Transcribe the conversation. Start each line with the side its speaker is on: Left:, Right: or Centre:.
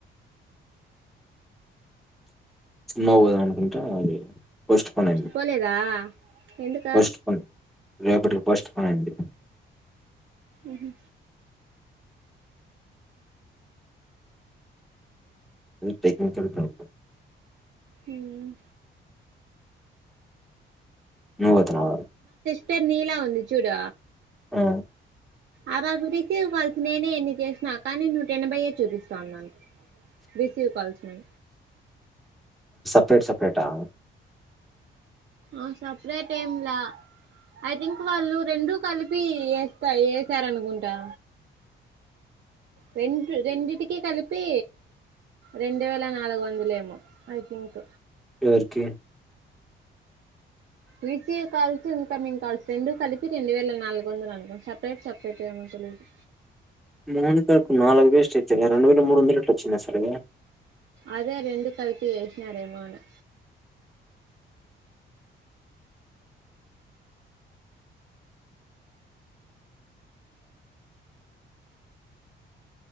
Centre: సినిమాక్ పోదాం అనుకుంటా ఆమె పోయింద్ పోస్ట్ పోన్ అయింది
Right: పోలేదా ఎందుకా
Centre: పోస్ట్ పోన్ రేపటికి పోస్ట్ పోన్ అయింది
Right: ఉహు
Centre: టెక్నికల్ ప్రాబ్ల
Right: ఉమ్
Centre: నువొతున్నవారా
Right: అంటే నీలా వుంది చూడు
Centre: ఆ
Right: ఆ బాబు రిసీవ్ కాల్స్ నేనే ఎన్ని చేసినా కానీ నూట ఎనభైయే చూపిస్తా ఉందట రిసీవ్ కాల్స్ ని
Centre: సెపరేట్ సెపరేట్ ఆ
Right: ఆ సపరేట్ ఏమ్లా ఐ థింక్ వాళ్ళు రెండు కలిపి ఎస్తా ఎసరనుకుంటా రెంట్ రెండింటికి కలిపి రెండు వేల నాలుగు వందలేమో ఐ థింక్
Centre: ఎవరికీ
Right: రిసీవ్ కాల్స్ ఇన్కమింగ్ కాల్స్ రెండు కలిపి రెండు వేల నాలుగు వందలు అనుకో సపరేట్ సపరేట్ ఏమో తెలీదు
Centre: మోహన్ కార్కు నాలుగు వేస్ట్ ఇచ్చిన రెండు వేల మూడు వందలు ఎట్లు వచ్చినాయి అసలు
Right: అదే రెండు కలిపి ఏసినరేమా అని